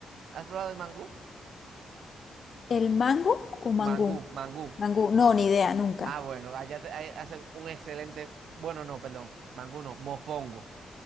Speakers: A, on the right (about 75°); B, on the left (about 50°).
A: ¿Has probado el mangú?
B: ¿El mango o mangú?
A: Mangú, mangú.
B: Mangú, no, ni idea, nunca.
A: Ah, bueno, allá te- ahí hacen un excelente, bueno, no, perdón, mango no, mofongo.